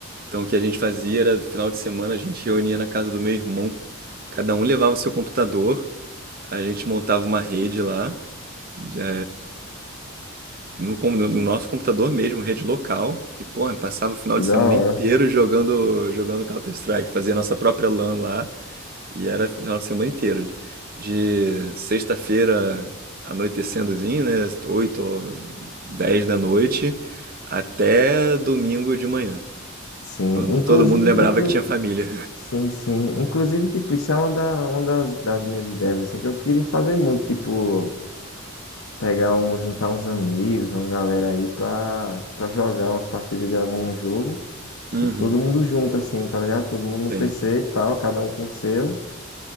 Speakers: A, on the right (about 45°); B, on the left (about 80°).
A: Então o que a gente fazia era, no final de semana, a gente reunia na casa do meu irmão. Cada um levava o seu computador, a gente montava uma rede lá, já- no, com- no nosso computador mesmo, rede local. E, pô, passava o final
B: Que
A: de
B: da
A: semana inteiro
B: hora.
A: jogando, jogando Counter-Strike. Fazia nossa própria LAN lá. E era final de semana inteiro, de, de sexta-feira anoitecendozinho, né, 8 ou 10 da noite, até domingo de manhã,
B: Sim,
A: quando
B: inclusive,
A: todo mundo lembrava
B: inclu...
A: que tinha família.
B: sim, sim. Inclusive, tipo, isso é uma, da, uma das, das minhas ideias, assim, que eu queria fazer muito, tipo, pegar um, juntar uns amigos, uma galera aí pra, pra jogar umas partidas de algum jogo.
A: Uhum,
B: Tipo, todo mundo junto, assim, tá ligado? Todo mundo
A: sim.
B: no PC e tal, cada um com o seu.